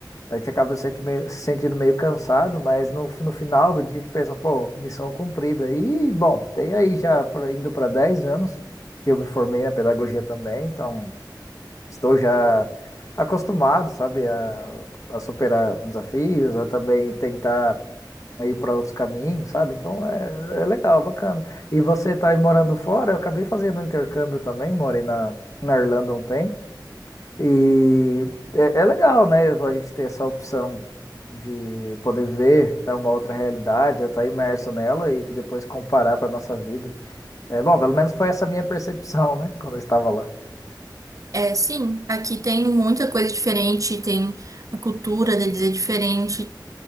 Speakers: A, on the left; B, on the right.
A: a gente acaba se sente meio- se sentindo meio cansado, mas no, fi- no final do dia a gente pensa, pô, missão cumprida. E, bom, tem aí já pra- indo para 10 anos que eu me formei na pedagogia também, então estou já acostumado, sabe, a, a superar desafios, a também tentar ir para outros caminhos, sabe? Então é, é legal, bacana. E você tá aí morando fora? Eu acabei fazendo um intercâmbio também, morei na, na Irlanda um tempo. E é, é legal, né? A gente ter essa opção de poder ver né, uma outra realidade, estar imerso nela e que depois comparar para nossa vida. É, bom, pelo menos foi essa minha <laughs> percepção, né? Quando eu estava lá.
B: É, sim, aqui tem muita coisa diferente, tem a cultura deles é diferente,